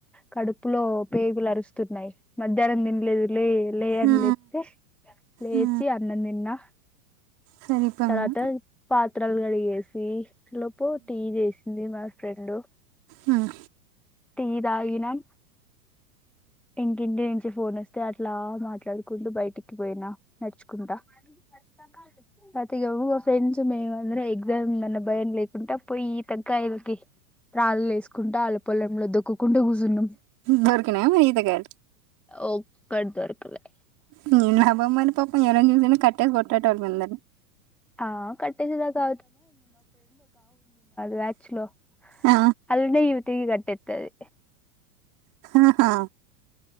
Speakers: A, in the centre; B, on the right.
A: కడుపులో పేగుల్ అరుస్తున్నయి మధ్యాహ్నం తిన్లేదు లే లే అన్
B: ఆ
A: లేప్తే లేచి
B: ఆ
A: అన్నం తిన్నా.
B: సరిపోయింది
A: తర్వాత పా త్రల్ కడిగేసీ లోపు టీ చేసింది మా ఫ్రెండు
B: మ్
A: టీ తాగినం ఇంకింటి నుంచి ఫోన్ వస్తే అట్లా మాట్లాడ్కుంటూ బయటికి పోయినా నడుచుకుంట. తర్వాత ఇగ మా ఫ్రెండ్స్ మేమందరం ఎగ్ గ్జామ్ ఉందన్న భయం లేకుంట పోయి టెంకాయలకి రాళ్ళేస్కుంట ఆళ్ల పొలంలో దొక్కుంటే కూసున్నాం.
B: దొరికినాయా మరి ఈతకాయలు
A: ఒక్కట్ దొర్కలే
B: నీ నా బొమ్మను పాపం ఎరం చూసిన అయినా కట్టేసి కొట్టేటోళ్ళు మేమందరం
A: ఆ కట్టేసేదాకా ర్యాచ్లో
B: ఆ
A: అల్లనే ఇవి తీగ కట్టేత్తది.
B: ఆహా